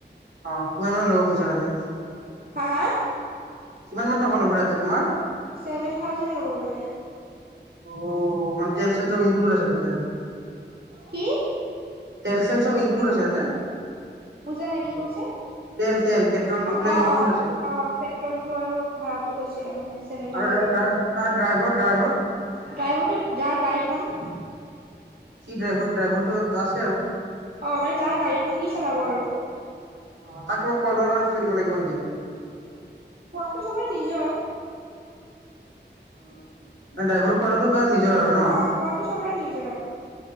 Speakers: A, on the right (about 85°); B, on the right (about 55°).
A: অ কিমান মান ল'ব পইছা তাতে
B: হা হা
A: কিমান মান টকা ল'ব তাতে তোমাৰ
B: ছেভেন থাউজেণ্ড ল'ব বোলে
A: অ মানে তেল চেল চব ইনক্লুড আছে তাতে আৰু
B: কি
A: তেল চেল চব ইনক্লুড আছে তাতে
B: বুজা নাই কি কৈছে
A: তেল তেল পেট্ৰল
B: অ
A: এইবিলাক ইনক্লুড
B: অ
A: আছে
B: অ পেট্ৰল টো আৰু ভাড়া টো কৈছে মানে ছেভেন থাউজেণ্ড
A: তাত ডা ড্ৰাইভৰ ড্ৰাইভৰ
B: ড্ৰাইভৰটো যাৰ গাড়ীখন
A: কি ড্ৰাইভৰ ড্ৰাইভৰটো আছে আৰু
B: অ মানে যাৰ গাড়ীখন সি চলাব আৰু
A: অ তাক কিবা খোৱা লোৱাৰ কাৰণে পইছা দিব লাগিব নেকি এনে
B: খোৱাটো চবৰ নিজৰ
A: মানে ড্ৰাইভৰ খোৱাটো তাৰ নিজৰ আৰু ন
B: অ খোৱাটো চবৰে নিজৰ